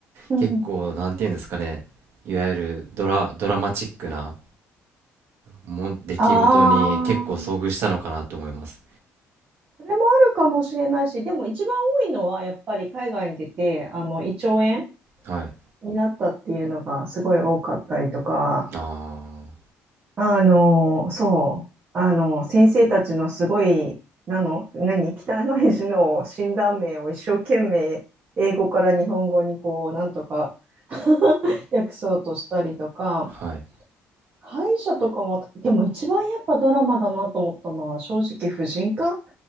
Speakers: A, on the right; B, on the right.
A: うん。
B: 結構なんていうんですかねいわゆるドラ、ドラマチックなもん出来事に結構遭遇したのかなと思います。
A: ああ。それもあるかもしれないし、でも一番多いのはやっぱり海外に出て、あの、胃腸炎
B: はい。
A: になったっていうのがすごい多かったりとか、
B: あ
A: あの、そう、あの、先生たちのすごい、なの、何、汚い字の診断名を一生懸命、英語から日本語にこう、なんとか <laughs> 訳そうとしたりとか、
B: あ、はい。
A: 歯医者とかも、でも一番やっぱドラマだなと思ったのは、正直、婦人科